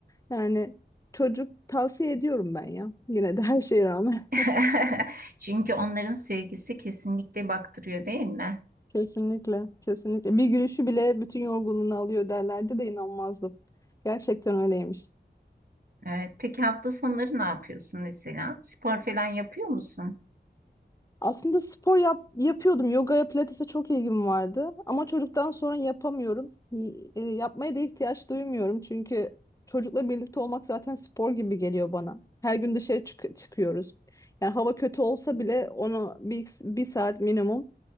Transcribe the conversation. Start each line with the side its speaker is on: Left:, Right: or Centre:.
Left: Yani çocuk tavsiye ediyorum ben ya. Yine de her şeye rağmen.
Right: <laughs> Çünkü onların sevgisi kesinlikle baktırıyor değil mi?
Left: Kesinlikle, kesinlikle. Bir gülüşü bile bütün yorgunluğunu alıyor derlerdi de inanmazdım. Gerçekten öyleymiş.
Right: Evet. Peki hafta sonları ne yapıyorsun mesela? Spor falan yapıyor musun?
Left: Aslında spor yap yapıyordum. Yogaya, pilatese çok ilgim vardı. Ama çocuktan sonra yapamıyorum. Y- e, yapmaya da ihtiyaç duymuyorum. Çünkü çocukla birlikte olmak zaten spor gibi geliyor bana. Her gün dışarı çık- çıkıyoruz. Yani hava kötü olsa bile onu bir, bir saat minimum